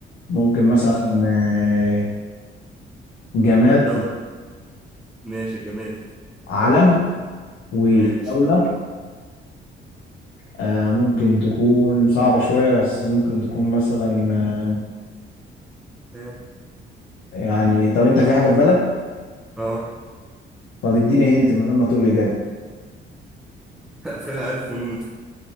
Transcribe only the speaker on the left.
ممكن مثلا
آه، جماد
علم ودولة
آه، ممكن تكون صعبة شوية بس ممكن تكون مثلا آه،
يعني طب أنت في حاجة في بالك؟
طب اديني هنت من غير ما تقول لي إجابة